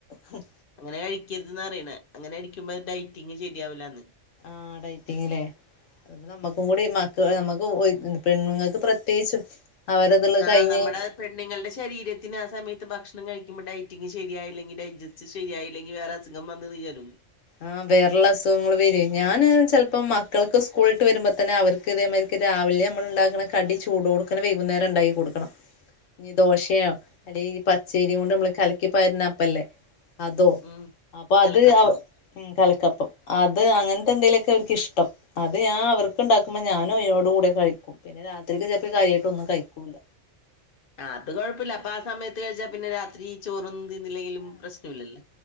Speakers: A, on the left (about 85°); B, on the left (about 55°).
A: ഹ്
B: അങ്ങനെ കഴിക്കരുതെന്ന അറീണെ അങ്ങനെകഴിക്കുമ്പോ ഡൈറ്റിങ്ങ് ശരിയാവൂലാന്ന്
A: ആ ഡൈറ്റിങ്ങിലേ അ നമ്മുക്കും കൂടി മക്ക് നമുക്ക് പെണ്ണുങ്ങൾക്ക് പ്രത്യേകിച്ചും അവരതുള്ള
B: ആ
A: കഴിഞ്ഞ്
B: നമ്മുടെ പെണ്ണുങ്ങളുടെ ശരീരത്തിന് ആ സമയ അത് ഭക്ഷണം കഴിക്കുമ്പോ ഡയറ്റിങ്ങ് ശരിയായില്ലെങ്കി ഡയജസ്റ്റ് ശരിയായില്ലെങ്കി വേറെ അസുഖം വന്ന് ഇത് ഉയരും
A: ആഹ് വേറുള്ള അസുഖങ്ങള് വരൂ ഞാന് ചെലപ്പോ മക്കൾക്ക് സ്കൂൾട്ട് വരുമ്പോ തന്നെ അവർക്ക് ക്തെമേരിക്ക് രാവിലെ നമ്മൾ ഉണ്ടാക്കണ കടി ചൂടോടക്കണേ വൈകുന്നേരം ഉണ്ടാക്കി കൊടുക്കണം
B: <unintelligible>
A: ഇനി ദോശയോ അല്ലെയി പച്ചേരിയും കൊണ്ട് നമ്മള് കലക്കിപാരിനെപ്പല്ലേ അതോ
B: ഉം
A: അപ്പൊ
B: കലക്കപ്പം
A: അത് ആ ഉം കലതക്കപ്പം അത് അങ്ങനത്തെ എന്തേലുമൊക്കെ അവർക്കിഷ്ടം അത് ഞാ അവർക്കുണ്ടാക്കുമ്പോ ഞാനും അയോട് കൂടെ കഴിക്കും പിന്നെ രാത്രിക്ക് ചിലപ്പൾ കാര്യമായിട്ടൊന്നും കഴിക്കൂല
B: ആ അത് കുഴപ്പില്ല അപ്പ ആ സമയത്ത് കഴിച്ചാ പിന്നെ രാത്രി ചോറൊന്നും തിന്നില്ലെങ്കിലും പ്രശ്നം ഇല്ലല്ല